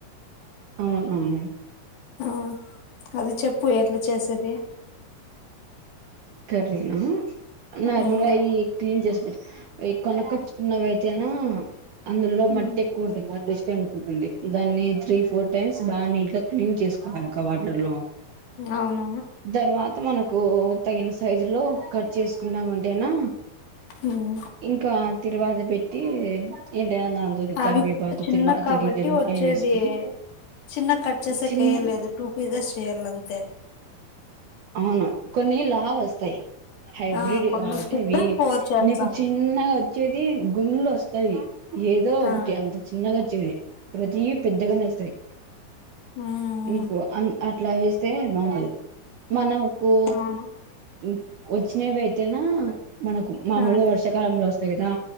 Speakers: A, on the right; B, on the left.
A: అవున్ అవును
B: అవున్ అది చెప్పు ఎట్లా చేసేది
A: కర్రీనా నార్మల్గా
B: ఉమ్
A: ఇయి క్లీన్ చేస్బట్ అయి కొనుకొచ్చుకున్నవైతేనో అందులో మంటి
B: ఉమ్
A: ఎక్కువ ఉంటుంది. అదే టెనకుంటుంది. దాన్ని త్రీ ఫోర్ టైమ్స్ బాగా నీట్ గా క్లీన్ చేసుకోవాలక్కా వాటర్ లో
B: అవును
A: ధర్వాత మనకు తగిన సైజు లో కాడ్ జేస్ కున్నామంటేనా
B: ఉమ్
A: ఇంకా తిరువాదా పెట్టి ఏంటైనా దాంతోకి
B: అవి
A: కరివేపాకు
B: కూడా చిన్న
A: తిరువాత
B: కాబట్టి
A: గింజలు
B: వచ్చేది
A: అవి వేసుకొని
B: చిన్న కట్ చేసే
A: చిన్న
B: కేయెలేదు టూ పీజజ్ చేయాలంతే
A: అవును కొన్ని లావ్ వస్తాయి హైబ్రిడ్
B: ఆ కొన్ని
A: కాబట్టి
B: వచ్చితే
A: అవి
B: ఫోర్ చేస్తాము
A: నీకు చిన్నగా వచ్చేది గుళ్లు వస్తాయి. ఏదో
B: ఆ
A: ఒకటి అంత చిన్నగా చేది ప్రతి పెద్దగానేేస్తాయి
B: ఉమ్
A: నీకు అన్ అట్లా ఎస్తే బావుడదు మనం కు
B: అవును
A: హు వచ్చినవి వేయిటేనా మనకు మామలుగా
B: ఆ
A: వర్షాకాలంలో వస్ తెగదా